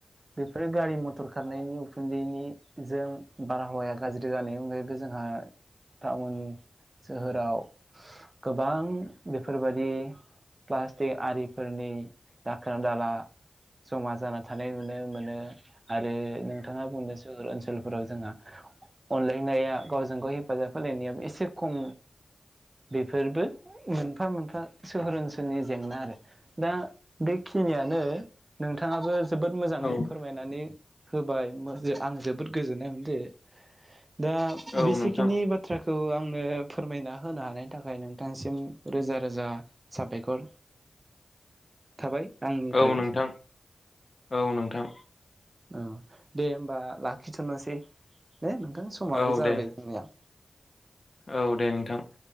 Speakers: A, on the right; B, on the left.
A: बेफोरो गारि मथर खारनायनि उखुन्दैनि जों बारहावाया गाज्रि जानायनि अनगायैबो जोंहा टाउन सोहोर सोहोराव गोबां गोबां बेफोरबायदि प्लास्टिक आरि फोरनि दाखोर दाला जमा जाना थानाय नुनो मोनो आरो नोंथाङा बुंदों सोहर ओनसोल फोराव जोंहा अनलायनाया गावजों गाव हेफाजाब होलायनायाबो एसे खम बेफोरबो मोनफा मोनफा सोहोर ओनसोलनि जेंना आरो दा बेखिनियानो नोंथाङाबो जोबोद मोजाङै
B: औ
A: फोरमायनानै होबाय आं जोबोद गोजोननाय मोनदों दा
B: औ
A: बेसेखिनि
B: नोंथां
A: बाथ्राखौ खौ आंनो फोरमायना होनो हानायनि थाखाय नोंथांसिम रोजा रोजा साबायखर थाबाय आंनिफ्राय
B: औ नोंथां औ नोंथां
A: औ दे होमबा लाखिथ'नोसै दे नोंथांनि समाबो
B: औ
A: जाबाय
B: दे
A: जोंनिया
B: औ दे नोंथां